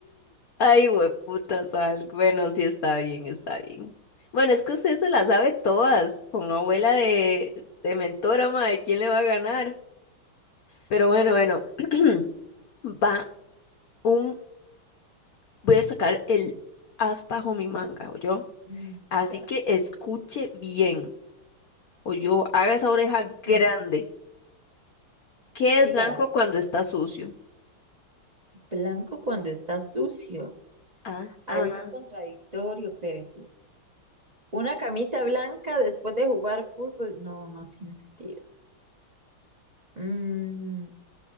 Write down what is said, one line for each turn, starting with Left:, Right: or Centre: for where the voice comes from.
Left: Ay, hueputa sal. Bueno, sí está bien, está bien. Bueno, es que usted se la sabe todas, con abuela de, de mentora, mae, ¿quién le va a ganar? Pero bueno, bueno, <clears throat> va un, voy a sacar el as bajo mi manga, yo.
Right: Mm,
Left: Así
Right: dígala.
Left: que escuche bien. O yo, haga esa oreja grande.
Right: Mm,
Left: ¿Qué es
Right: dígala.
Left: blanco cuando está sucio?
Right: Blanco cuando está sucio.
Left: Ah,
Right: A
Left: ah.
Right: veces es contradictorio, Pérez. Una camisa blanca después de jugar fútbol. No, no tiene sentido. Mm,